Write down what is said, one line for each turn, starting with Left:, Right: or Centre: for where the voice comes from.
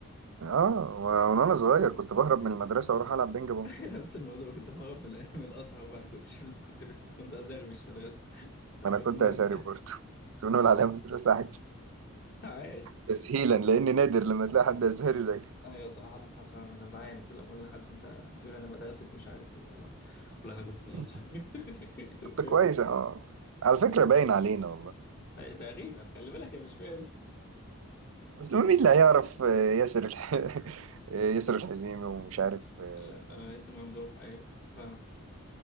Right: اه وأنا- من وانا صغير كنت بهرب من المدرسة واروح العب بينج بونج
Left: <laughs> انا نفس الموضوع كنت بهرب من الانمي الازهر بقى انا كنت <laughs> كنت بس كنت ازهر مش مدرسه فكان
Right: ما انا كنت ازهري برضه
Left: <laughs>
Right: <laughs> بس بنقول عليها مدرسة عادي
Left: عادي
Right: تسهيلا لان نادر لما تلاقي حد ازهري زيي
Left: ايوه صراحه حصل انا بعاني كل ما اقول لحد انت يقول انا مدرسه مش عارف ايه والله والله انا كنت في الازهر
Right: <laughs>
Left: <laughs>
Right: طب كويس اه على فكرة باين علينا والله
Left: أي، تقريبا خلي بالك انا مش فاهم
Right: بس مين اللي هيعرف آه، ياسر الح... <laughs> ياسر الحزيمي ومش عارف آه،
Left: لا آه، اسم ممدوح ايوه آه.